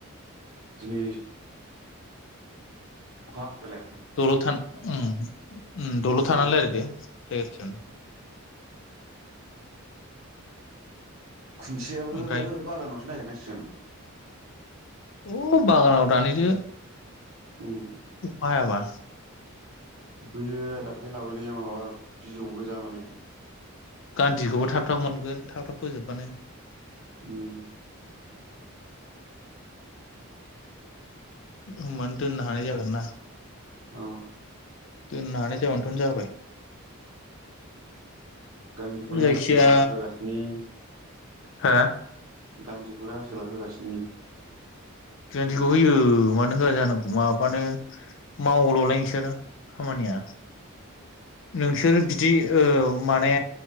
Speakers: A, on the right (about 65°); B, on the left (about 60°).
A: दिनै अखा हालाय
B: दलद था उम उम दलद
A: उम
B: थानानानै रायलाय दे जायगाथसेयावनो।
A: खुन्थियाबो
B: ओमफ्राय
A: बागानावसो नागिरनांसि <unintelligible>
B: औ बागानाव दानहैदो।
A: उम
B: खा हायाबा
A: बैयो दाख्लै लाबोनाया माबा बिजौ गोजा माने
B: गान्धिखौबो थाब थाब मोनगोन थाब थाब फोजोबबानो।
A: उम
B: होमबानो दोननो हानाय जागोन ना।
A: औ
B: दोननानै <unintelligible> जाबाय
A: गान्धिखौलाय
B: जायखिया
A: आसोला होगासिनो।
B: हो।
A: गान्धिखौलाय आसोला होगासिनो‌।
B: बिदिखौ होयो। मानो होआ जानांगौ माबानो मावललाय नों सोरो खामानिया नोंसोर बिदि माने